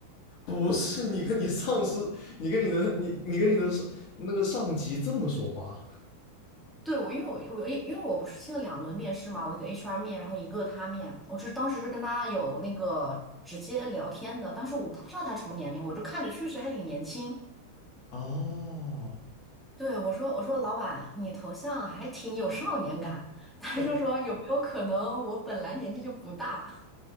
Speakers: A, on the left; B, in the centre.
A: 不是你跟你上司，你跟你的你你跟你的上那个上级这么说话
B: 对，我因为我我因为我不是去了两轮面试嘛，我一个 HR 面，然后一个他面，我是当时是跟他有那个直接聊天的，当时我不知道他什么年龄，我就看着确实还挺年轻。
A: 哦，
B: 对，我说我说老板，你头像还挺有少年感，他就说有没有可能我本来年纪就不大？
A: <laughs>